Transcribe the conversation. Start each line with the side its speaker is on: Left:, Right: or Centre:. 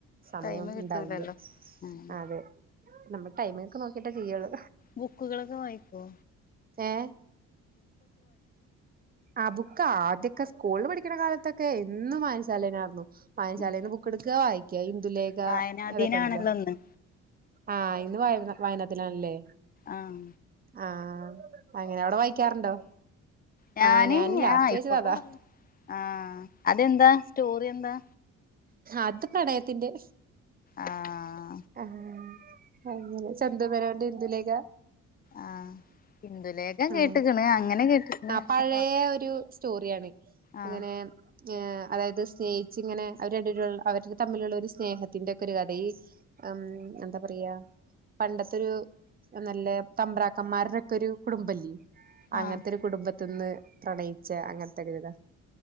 Right: സമയം
Left: ടൈമ് കിട്ടൂലല്ലോ
Right: ഉണ്ടാവില്ല
Left: ആഹ്
Right: അതെ നമ്മൾ ടൈമ ഒക്കെ നോക്കിട്ടേ ചെയ്യുള്ളൂ
Left: ബുക്കുകളൊക്കെ വാായിക്കോ
Right: ഏ ആബുക്ക് ആദ്യൊക്കെ സ്കൂളിൽ പഠിക്കണ കാലത്തൊക്കെ എും വായനശാലയിൽ ആയിരുന്നു വായനശാലിയിൽ
Left: ഉം
Right: നിന്ന് ബുക്ക് എടുക്ക വായിക്കാ ഇന്ദുലേഖ
Left: വായനാ
Right: അതൊക്കെ
Left: ദിനാണല്ലോ
Right: ഉണ്ടല്ലോ
Left: ഇന്ന്
Right: ആഹ ഇന്ന് വായനദിനം ആണല്ലേ
Left: ആഹ
Right: ആഹ ഇങ്ങനെ എവിടെ വായിക്കാറുണ്ടോ
Left: ഞാന്
Right: ആഹ് ലാസ്റ്റ്
Left: ആഹ
Right: വായിച്ചത്
Left: ഇപ്പൊറഞ്ഞു
Right: അതാ
Left: ആഹ അതെന്താ സ്റ്റോറി എന്താ
Right: അത് പ്രണയത്തിന്റെ
Left: ആഹ
Right: ആ അ സന്തൂ പനണ്ട് ഇന്ദലേഖ
Left: ആഹ് ഇന്ദുലേഖ
Right: ഉ
Left: കേട്ട്ക്ക്ണ് അങ്ങനെ കേട്ട്ക്ക്ണ്
Right: ആ
Left: പക്ഷെ
Right: പഴയ ഒരു സ്റ്റോറിയാണ് അങ്ങനെ
Left: ആഹ്
Right: ഏ അതായത് സ്നേഹിച്ച് ഇങ്ങനെ അവര് രണ്ടരു അവരുടെ തമ്മിലുള്ള ഒരു സ്നേഹത്തിറെ ഒക്കെ ഒരു കഥ ഈ ഉം എന്താ പറയാ പണ്ടത്തെൊരു നല്ല തമ്പ്രാക്കന്മാരുടെൊക്കെ ഒരു കുടുംബല്ല അങ്ങനത്തെ
Left: ആഹ്
Right: ഒരു കുടുംബത്തി നിന്ന് പ്രണയിച്ച അങ്ങനത്തെ കതാ